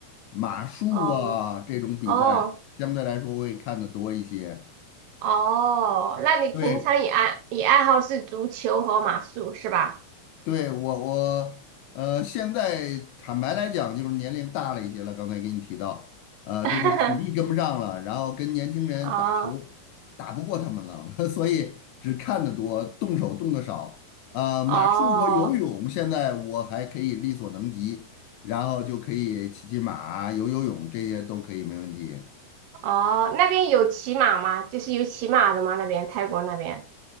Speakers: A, on the left; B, on the right.
A: 马术啊这种比赛，
B: 哦，哦
A: 相对来说会看的多一些。
B: 哦，那你平常也爱你爱好是足球和马术是吧？
A: 对，对，我我呃，现在坦白来讲，就是年龄大了一些了。刚才给你提到，呃，
B: <laughs>
A: 这个体力跟不上了，然后跟年轻人打球打不过他们了，
B: 哦
A: <laughs> 所以只看得多，动手动得少。呃，马术和游泳现在我还可以力所能及，
B: 哦
A: 然后就可以骑骑马、游游泳这些都可以，没问题。
B: 哦，那边有骑马吗？就是有骑马的吗？那边泰国那边？